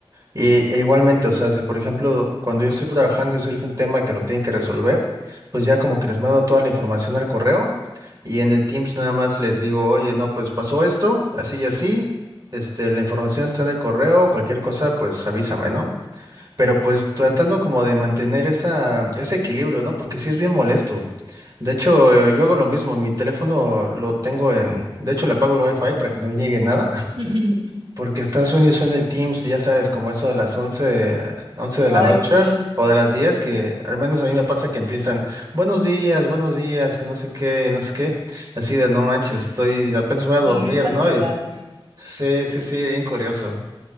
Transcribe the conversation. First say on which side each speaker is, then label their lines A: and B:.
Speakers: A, on the right; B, on the right.
A: Y e igualmente, o sea, si por ejemplo, cuando yo estoy trabajando y surge un tema que lo tienen que resolver, pues ya como que les mando toda la información al correo y en el Teams nada más les digo, oye, no, pues pasó esto, así y así, este, la información está en el correo, cualquier cosa, pues avísame, ¿no? Pero pues tratando como de mantener esa, ese equilibrio, ¿no? Porque sí es bien molesto. De hecho, eh, yo hago lo mismo, mi teléfono lo tengo en, de hecho le apago el wifi para que no llegue nada, <laughs>
B: <laughs>
A: porque está suena y suena el Teams, y ya sabes, como eso de las once 11 de la
B: Ay,
A: noche
B: sí,
A: o de las 10 que al menos a mí me pasa que empiezan, buenos días, buenos días, que no sé qué, no sé qué, así de no manches, estoy, apenas voy a
B: sí,
A: dormir,
B: me pasa
A: ¿no?
B: igual,
A: Y sí, sí, sí, bien curioso.